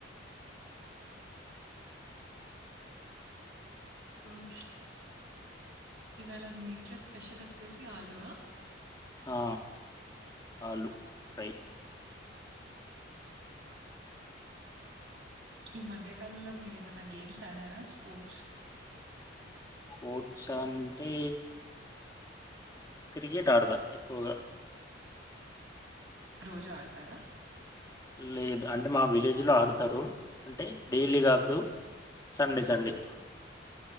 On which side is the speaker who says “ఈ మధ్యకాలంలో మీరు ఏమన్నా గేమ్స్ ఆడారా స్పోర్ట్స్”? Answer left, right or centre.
Right